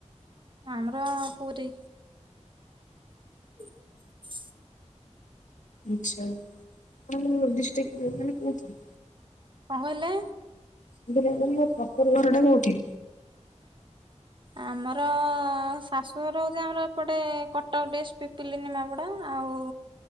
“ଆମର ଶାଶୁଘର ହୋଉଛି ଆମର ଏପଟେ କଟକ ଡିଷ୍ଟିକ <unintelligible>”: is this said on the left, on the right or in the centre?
Right